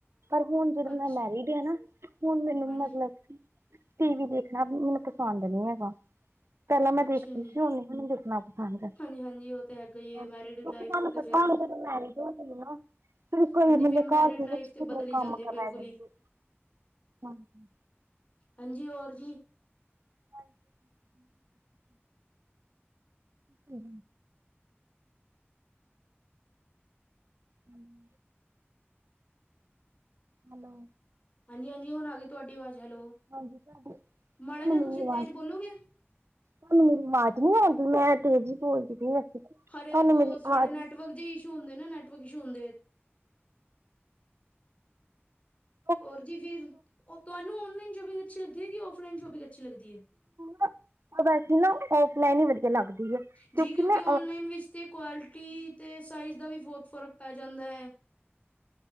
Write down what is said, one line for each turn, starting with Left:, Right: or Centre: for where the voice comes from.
Right: ਪਰ ਹੁਣ ਜਦੋਂ
Left: ਅੱਛਾ
Right: ਮੈਂ ਮੈਰਿਡ ਆ ਨਾ। ਹੁਣ ਮੈਨੂੰ
Left: ਹਾਂਜੀ
Right: ਮਤਲਬ ਟੀ ਵੀ ਦੇਖਣਾ ਵੀ ਮੈਨੂੰ ਪਸੰਦ ਨੀ ਹੈਗਾ। ਪਹਿਲਾਂ ਮੈਂ
Left: ਅੱਛਾ
Right: ਦੇਖਦੀ
Left: ਜੀ,
Right: ਸੀ। ਹੁਣ ਨਹੀਂ ਮੈਨੂੰ ਦੇਖਣਾ, ਪੰਸਦ
Left: ਹਾਂਜੀ-ਹਾਂਜੀ ਉਹ ਤਾਂ ਹੈਗਾ ਹੀ ਏ
Right: ਕਿਉਂਕਿ
Left: ਮੈਰਿਡ ਲਾਈਫ
Right: ਤੁਹਾਨੂੰ
Left: ਤੇ
Right: ਪਤਾ
Left: ਫੇਰ
Right: ਹੁਣ ਮੇਰੀ ਮੈਰਿਜ ਹੋ ਗਈ ਹੈ। ਫਿਰ ਕੋਈ
Left: ਹਾਂਜੀ
Right: ਮਤਲਬ
Left: ਫਿਰ ਮੈਰਿਡ
Right: ਘਰ ਦੇ
Left: ਲਾਈਫ
Right: ਵਿੱਚ ਕਿੰਨੇ
Left: ਤੇ ਬਦਲ ਹੀ ਜਾਂਦੀ
Right: ਕੰਮ
Left: ਏ
Right: ਕਰਾ
Left: ਬਿਲਕੁਲ
Right: ਰਹੇ ਜਾਂਦੇ
Left: ਹੀ,
Right: ਨੇ।
Left: ਹਾਂਜੀ, ਹੋਰ ਜੀ।
Right: ਹਾਂਜੀ। ਹੂੰ। ਹਾਂਜੀ। ਹੈਲੋ।
Left: ਹਾਂਜੀ-ਹਾਂਜੀ ਹੁਣ ਆ ਗਈ, ਤੁਹਾਡੀ ਆਵਾਜ਼ ਹੈਲੋ
Right: ਹਾਂਜੀ ਤੁਹਾਡੀ ਤੁਹਾਨੂੰ
Left: ਮਾੜਾ ਜਿਹਾ
Right: ਮੇਰੀ
Left: ਤੁਸੀਂ
Right: ਆਵਾਜ਼
Left: ਤੇਜ ਬੋਲੋਗੇ।
Right: ਤੁਹਾਨੂੰ ਮੇਰੀ ਆਵਾਜ਼ ਨੀ ਆਉਂਦੀ ਮੈਂ ਤੇਜ਼ ਬੋਲਦੀ ਪਈ ਹੈ, ਵੈਸੇ। ਤੁਹਾਨੂੰ
Left: ਹਰੇ ਉਹ
Right: ਮੇਰੀ
Left: ਥੋੜੇ
Right: ਆਵਾਜ਼
Left: ਨੈਟਵਰਕ ਜਿਹੇ ਇਸ਼ੂ ਹੁੰਦੇ, ਨਾ ਨੈਟਵਰਕ ਇਸ਼ੂ ਹੁੰਦੇ ਨੇ।
Right: ਹੂੰ।
Left: ਔਰ ਜੀ ਫਿਰ ਤੁਹਾਨੂੰ ਔਨਲਾਈਨ ਸ਼ੌਪਿੰਗ ਅੱਛੀ ਲੱਗਦੀ, ਕਿ ਔਫਲਾਈਨ ਅੱਛੀ ਲੱਗਦੀ ਹੈ।
Right: ਨਾ ਮੈਨੂੰ ਵੈਸੇ ਨਾ ਔਫਲਾਈਨ ਹੀ ਵਧੀਆ ਲੱਗਦੀ ਹੈ, ਕਿਉਂਕਿ
Left: ਜੀ
Right: ਮੈਂ।
Left: ਔਨਲਾਈਨ ਵਿੱਚ ਤੇ ਕੁਆਲਿਟੀ ਅਤੇ ਸਾਈਜ਼ ਦਾ ਵੀ ਬਹੁਤ ਫ਼ਰਕ ਪੈ ਜਾਂਦਾ ਹੈ।